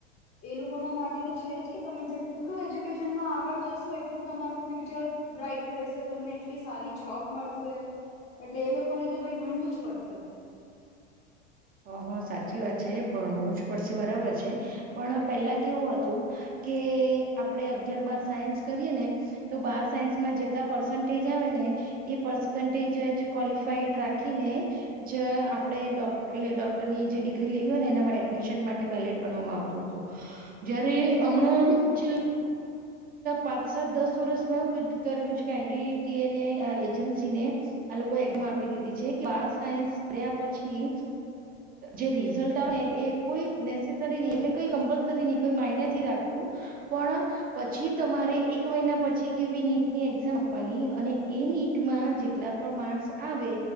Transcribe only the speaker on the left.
એ લોકોના માટે તો છે જ કે તમે જેટલું એજ્યુકેશનમાં આગળ જશો એટલું તમારું ફ્યુચર બ્રાઇટ રહેશે તમને એટલી સારી જોબ મળશે એટલે એ લોકોને તો ભાઈ ભણવું જ પડશે